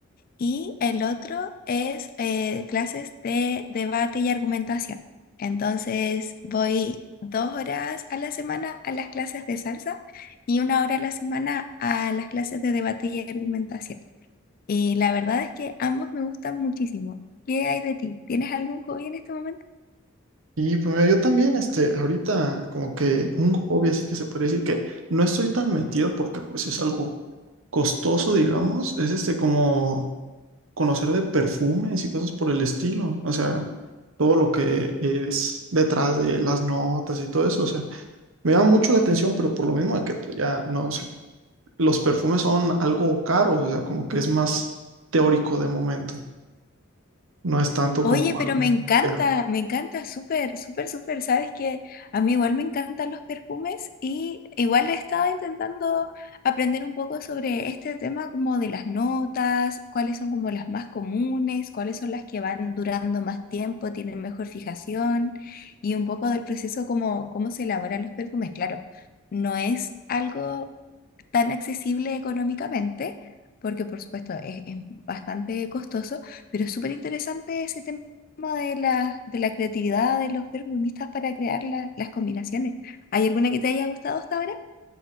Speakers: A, on the left; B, on the right.
A: Y el otro es eh, clases de debate y argumentación. Entonces voy dos horas a la semana a las clases de salsa y una hora a la semana a las clases de debate y argumentación. Y la verdad es que ambos me gustan muchísimo. ¿Qué hay de ti? ¿Tienes algún hobby en este momento?
B: Y pues mira, yo también, este, ahorita como que un hobby así que se puede decir que no estoy tan metido porque pues es algo costoso, digamos. Es este como conocer de perfumes y cosas por el estilo, o sea, todo lo que es detrás de las notas y todo eso, o sea, me llama mucho la atención, pero por lo mismo de que pues ya no sé, los perfumes son algo caros, o sea, como que es más teórico de momento, no es tanto como
A: Oye, pero
B: algo
A: me encanta,
B: que-
A: me encanta, súper, súper, súper. Sabes que a mí igual me encantan los perfumes y igual he estado intentando aprender un poco sobre este tema como de las notas, cuáles son como las más comunes, cuáles son las que van durando más tiempo, tienen mejor fijación y un poco del proceso como cómo se elaboran los perfumes. Claro, no es algo tan accesible económicamente, porque por supuesto es, es bastante costoso, pero es súper interesante ese tema de la, de la creatividad de los perfumistas para crear la- las combinaciones. ¿Hay alguna que te haya gustado hasta ahora?